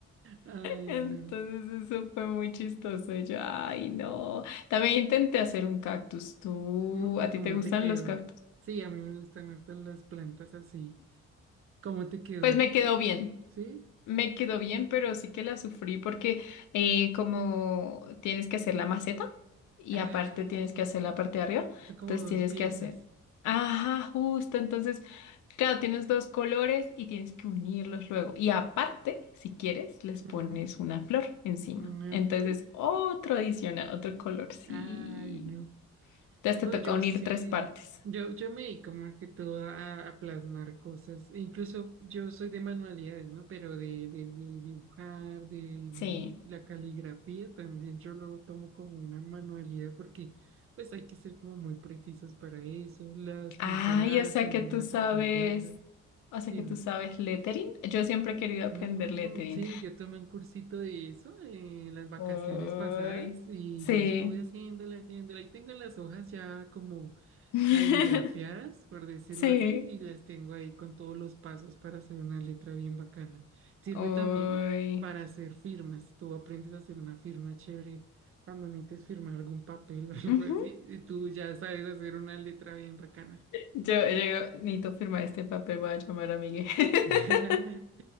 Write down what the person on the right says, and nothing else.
Ay,
no.
Mm, ¿Y
cómo
te quedó?
Sí, a mí me gustan harto las plantas así. ¿Cómo te quedó
ese?
¿Sí?
Ah,
son como
dos
piezas.
Mm,
Una
flor.
Ay, no.
No,
yo
sí,
yo, yo me dedico más que todo a, a plasmar cosas, incluso yo soy de manualidades, ¿no? Pero de, de, de dibujar, de
mm, la caligrafía también yo lo tomo como una manualidad porque pues hay que ser como muy precisos para eso, las pinceladas
en
las
acuarelas,
dime.
Ujú,
Sí, yo tomé un cursito de eso en las vacaciones
pasadas y
yo estuve haciéndola, haciéndola. Ahí tengo las hojas ya como
caligrafiadas, por decirlo
así, y las tengo ahí con todos los pasos para hacer una letra bien bacana. Sirve
también para hacer firmas. Tú aprendes a hacer una firma chévere cuando necesites firmar algún papel <laughs> o algo
así, y tú ya sabes hacer una letra bien bacana.
<laughs>